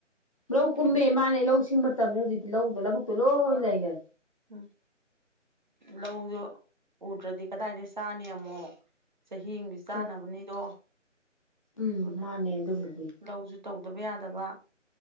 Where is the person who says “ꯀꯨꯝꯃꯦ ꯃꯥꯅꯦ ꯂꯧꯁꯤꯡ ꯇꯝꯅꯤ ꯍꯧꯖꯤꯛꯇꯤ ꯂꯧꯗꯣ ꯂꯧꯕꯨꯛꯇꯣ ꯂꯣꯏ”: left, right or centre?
Left